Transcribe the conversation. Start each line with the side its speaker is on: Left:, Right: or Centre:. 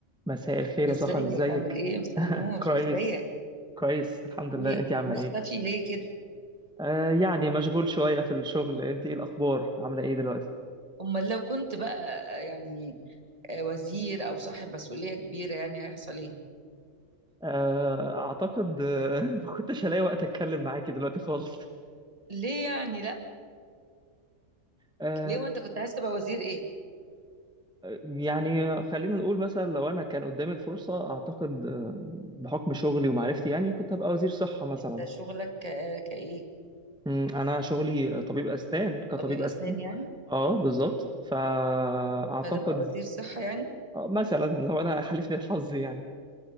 Centre: مساء الخير
Right: ازيك
Centre: يا سحر ازيك
Right: عامل ايه يا مستر نور
Centre: كويس
Right: ازيك
Centre: كويس الحمد
Right: ايه
Centre: لله انتي عامله
Right: مختفي
Centre: ايه
Right: ليه كده
Centre: آه يعني مشغول شويه في الشغل انتي ايه الاخبار عامله ايه دلوقتي
Right: امال لو كنت بقى يعني آه، وزير او صاحب مسؤولية كبيرة يعني هيحصل ايه
Centre: آه اعتقد آه، <laughs> ما كنتش هلاقي وقت اتكلم معاكي دلوقتي خالص <laughs>
Right: ليه يعني لا
Centre: آه
Right: ليه وانت كنت عايز تبقى وزير ايه
Centre: يعني خلينا نقول مثلا لو انا كان قدامي الفرصه اعتقد آه، بحكم شغلي ومعرفتي يعني كنت هبقى وزير صحه مثلا
Right: انت شغلك ك- كايه
Centre: مم، انا شغلي طبيب اسنان كطبيب
Right: كطبيب اسنان
Centre: اسنان
Right: يعني
Centre: اه بالظبط فاعتقد
Right: فتبقى وزير صحة يعني
Centre: آه، مثلا لو انا حالفني الحظ يعني